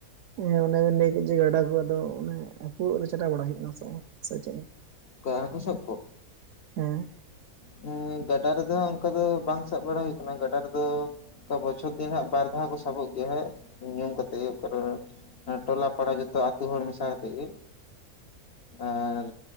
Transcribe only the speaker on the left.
ᱠᱟ ᱦᱟᱠᱩ ᱥᱟᱵ ᱠᱚ
ᱦᱸ ᱜᱟᱰᱟ ᱨᱮᱫᱚ ᱚᱱᱠᱟ ᱫᱚ ᱵᱟᱝ ᱥᱟᱵ ᱵᱟᱲᱟ ᱦᱩᱭ ᱟᱠᱟᱱᱟ ᱜᱟᱰᱟ ᱨᱮᱫᱚ ᱚᱠᱟ ᱵᱚᱪᱷᱚᱨ ᱫᱤᱱ ᱦᱟᱸᱜ ᱵᱟᱨ ᱫᱷᱟᱣ ᱠᱚ ᱥᱟᱵᱚᱜ ᱜᱮᱭᱟ ᱦᱟᱸᱜ ᱧᱩᱢ ᱠᱟᱛᱮᱜ ᱜᱮᱠᱟᱨ ᱴᱚᱞᱟ ᱯᱟᱲᱟ ᱡᱚᱛᱚ ᱟᱛᱩ ᱦᱚᱲ ᱢᱮᱥᱟ ᱠᱟᱛᱮᱜ ᱜᱮ
ᱟᱨ